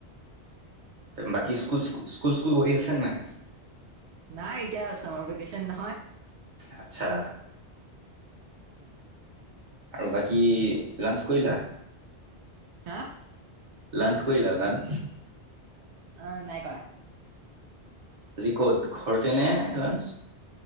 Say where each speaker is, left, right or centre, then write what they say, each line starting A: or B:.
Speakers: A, on the right (about 45°); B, on the right (about 80°).
A: বাকী
B: অ
A: স্কুল স্কুল স্কুল পহি আছে নাই
B: নাই এতিয়া চামাৰ ভেকেশচন নহয়
A: আচ্ছা আৰু বাকী লাঞ্চ কৰিলা
B: হা
A: লাঞ্চ কৰিলা লাঞ্চ
B: অ নাই কৰা
A: আজি ক'ত ঘৰতে ন লাঞ্চ